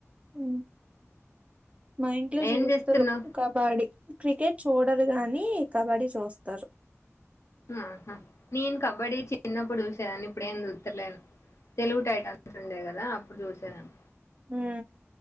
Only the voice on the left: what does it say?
ఏం
చేస్తున్నావ్
ఆహా నేను కబడ్డీ చిన్నప్పుడు చూసేదాన్ని ఇప్పుడేంది చూతలేను తెలుగు టైటమ్స్ ఉండేయి కదా అప్పుడు చూసేదాన్ని